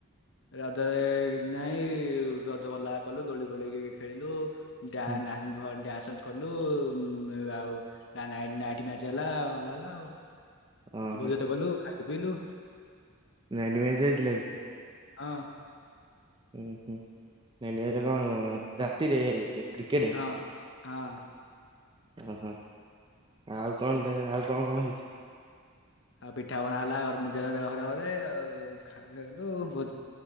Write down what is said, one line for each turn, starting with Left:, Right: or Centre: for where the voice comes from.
Left: ରଦରେ ନାଇଁ ରଦ ଭଲା କଲୁ ଦୋଳି ଫୋଳି ଖେଳିଲୁ। <unintelligible>
Right: ହୁଁ,
Left: କଲୁ ଆ ଆଉ ନା ନାଇଟ୍ ମ୍ୟାଚ୍ ହେଲା ଭଲ ହେଲା ଆଉ।
Right: ଓହୋ
Left: ଭୋଜି ଭାତ କଲୁ ଖାଇ କି ପିଇଲୁ।
Right: ନାଇଟ୍ ମ୍ୟାଚ ହେଇଥିଲା ବି।
Left: ହଁ।
Right: ହୁଁ ହୁଁ ନାଇଟ୍ ମ୍ୟାଚ୍ କଣ ରାତିରେ ଯୋ କ୍ରିକେଟେ।
Left: ହଁ ହଁ
Right: ଓହୋ! ଆଉ କଣ ତାହେଲେ ଆଉ କଣ କଣ ହେଇଚି।
Left: ଆଉ ପିଠାପଣା ହେଲା ଘର୍ ନିଜ ଘରେ ଘରେ ଆଉ। ସେଇଠୁ ଗଲୁ ଭୋ